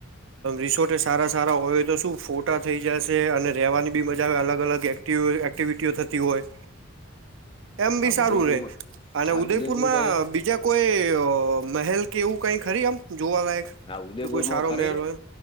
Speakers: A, on the right (about 70°); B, on the left (about 25°).
A: રિસોર્ટ એ સારા સારા હોયય તો શું ફોટા થઈ જશે અને રવાની બી મજા આવે અલગ અલગ એક. એક્ટિવિટીઓ થતી હોય. એમ
B: હા
A: બી સારું
B: ઉદયપુરમાં
A: રે અને
B: હા
A: ઉદયપુરમાં
B: ઉદયપુર ભાઈ
A: બીજા. કોઈ મહેલ કે એવું કઈ ખરી આમ જોવાલાયક
B: આ ઉદયપુર
A: કે કોઈ સારો
B: માં કરીને
A: મહેલ હોય